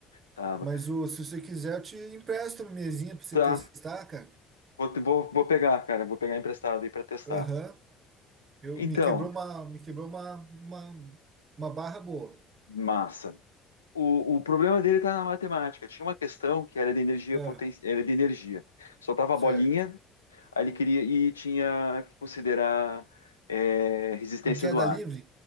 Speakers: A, on the left; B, on the right.
A: Tava.
B: Mas o, se você quiser, eu te empresto uma mesinha para você
A: Tá,
B: testar, cara.
A: vou, vou, vou pegar, cara, vou pegar emprestado aí pra testar.
B: Aham. Eu
A: Então,
B: me quebrou uma, me quebrou uma, uma, uma barra boa.
A: massa. O, o problema dele está na matemática. Tinha uma questão que era de energia
B: Ah,
A: potencial, era de energia. Soltava
B: certo.
A: a bolinha, aí ele queria e tinha que considerar é, resistência
B: Em queda
A: do ar,
B: livre?